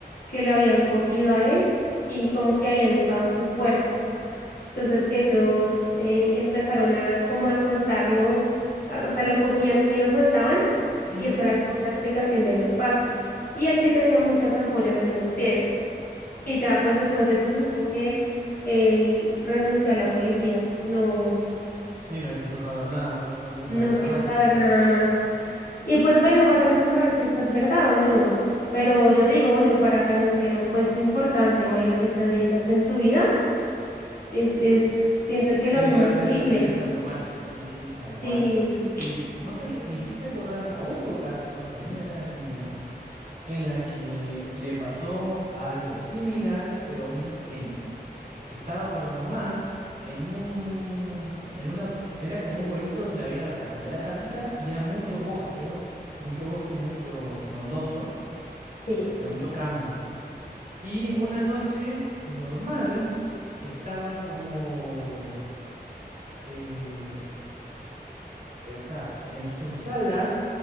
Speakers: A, on the left (about 65°); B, on the right (about 55°).
A: que lo habían cogido a él y como que habían usado su cuerpo. Entonces que ellos eh, empezaron a como a soltarlo, a- o sea, lo cogían y lo soltaban
B: ujú,
A: y eso era como la explicación de los pasos. Y él sí tenía muchas ampollas en los pies y ya pues después de eso se supo que él renunció a la policía, no,
B: Sí, no quiso saber nada más. No quiso
A: no
B: saber nada
A: quiso
B: más.
A: saber nada más. Y
B: Sí,
A: pues bueno, vaya uno a saber si eso es verdad o no. Pero yo digo, bueno, para renunciar a un puesto importante o a lo que te dedicas en tu vida, es, es, siento
B: eh,
A: que
B: eh, Tiene
A: lo hace
B: que
A: más
B: haber sido
A: creíble.
B: una experiencia traumática. Sí, sí, tal cual.
A: Sí.
B: Y vos sabés que me hiciste acordar a otro caso, también de acá de Argentina, en la que le pasó algo similar, pero a un niño pequeño. que estaba con la mamá en un, en una, era como un pueblito donde había, o sea, era la casita y era mucho bosque, ¿eh? mucho bosque, mucho frondoso,
A: Sí,
B: o sea, mucho campo. Y una noche normal estaban como, eh, o sea, en su sala.